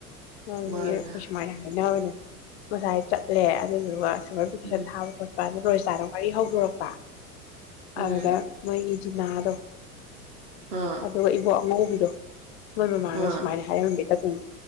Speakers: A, on the left; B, on the right.
A: ꯑ
B: ꯃꯥꯅꯦ
A: ꯈꯨꯁꯃꯥꯏꯅ ꯍꯥꯏꯕꯅꯦ ꯉꯁꯥꯏ ꯆꯠꯂꯦ ꯑꯗꯨꯗꯨꯒ ꯁꯃꯔ ꯕꯦꯀꯦꯁꯟ
B: ꯎꯝ
A: ꯊꯕꯥ ꯈꯣꯠꯄ <unintelligible> ꯥꯅꯋꯥꯔꯤ ꯍꯧꯗꯣꯔꯛꯄ
B: ꯎꯝ
A: ꯑꯗꯨꯗ ꯃꯣꯏꯒꯤ ꯇꯤꯅꯗꯣ
B: ꯑꯥ
A: ꯑꯗꯨꯒ ꯏꯕꯣꯛ ꯉꯧꯕꯤꯗꯣ ꯃꯣꯏ ꯃꯃꯥꯡꯅ
B: ꯑꯥ
A: ꯁꯨꯨꯃꯥꯥꯏꯅ ꯍꯥꯏꯔꯝ ꯑꯗꯨꯝ